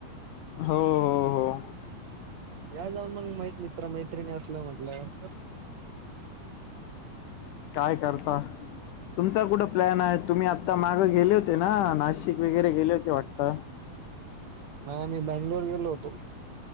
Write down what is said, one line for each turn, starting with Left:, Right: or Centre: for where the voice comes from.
Left: हो. हो हो
Right: <unintelligible> या जाऊन मंग मै मित्र मैत्रिणी आसलं म्हटलं.
Left: काय करता? तुमचा कुठं प्लॅन आहे? तुम्ही आता माग गेले होते ना नाशिक वगैरे गेले होते वाटत.
Right: नाही मी बेंगलोर गेलो होतो.